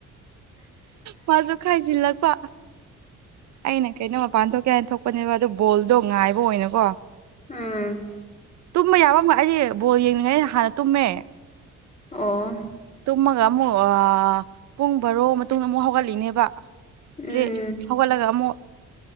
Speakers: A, on the right; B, on the left.
A: ꯃꯥꯁꯨ ꯈꯥꯏꯖꯤꯜꯂꯛꯄ ꯑꯩꯅ ꯀꯩꯅꯣ ꯃꯄꯥꯟ ꯊꯣꯛꯀꯦ ꯍꯥꯏꯅ ꯊꯣꯛꯄꯅꯦꯕ ꯑꯗꯨ ꯕꯣꯜꯗꯣ ꯉꯥꯏꯕ ꯑꯣꯏꯅꯀꯣ
B: ꯎꯝ
A: ꯇꯨꯝꯕ ꯌꯥꯕ ꯑꯃ ꯑꯩꯗꯤ ꯕꯣꯜ ꯌꯦꯡꯅꯤꯡꯉꯩꯅ ꯍꯥꯟꯅ ꯇꯨꯝꯃꯦ
B: ꯑꯣ
A: ꯇꯨꯝꯃꯒ ꯑꯃꯨꯛ ꯄꯨꯡ ꯕꯥꯔꯣ ꯃꯇꯨꯡꯗ ꯑꯃꯨꯛ ꯍꯧꯒꯠꯂꯤꯅꯦꯕ ꯗꯤ
B: ꯎꯝ
A: ꯍꯧꯒꯠꯂꯒ ꯑꯃꯨꯛ